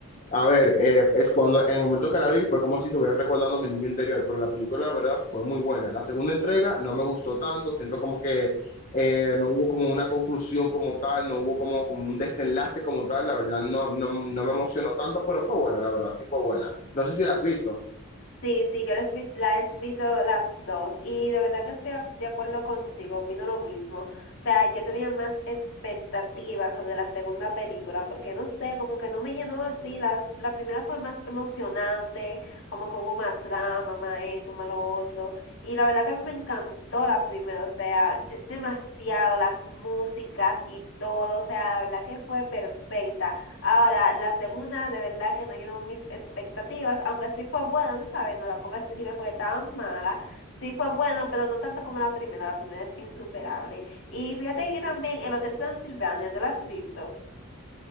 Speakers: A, on the left; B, on the left.
A: a ver, eh, es cuando en el momento que la vi fue como si estuviera recordando a mi niño interior, pero la película, la verdad, fue muy buena. La segunda entrega no me gustó tanto, siento como que eh, no hubo como una conclusión como tal, no hubo como, como un desenlace como tal, la verdad, no, no, no me emocionó tanto, pero fue buena, la verdad, sí fue buena. No sé si la has visto.
B: Sí, sí, yo las vi- la he visto las dos y de verdad que estoy a- de acuerdo contigo, opino lo mismo. O sea, yo tenía más expectativas sobre la segunda película porque no sé, como que no me llenó así. La, la primera fue más emocionante, como que hubo más trama, más esto, más lo otro. Y la verdad que a mí me encantó la primera, o sea, es demasiado, las músicas y todo, o sea, la verdad que fue perfecta. Ahora, la segunda de verdad que no llenó mis expectativas, aunque sí fue buena, no sabes, no, tampoco es que fue tan mala, sí fue buena, pero no tanto como la primera, la primera es insuperable. Y fíjate que también el Hotel Transilvania, ¿te lo has visto?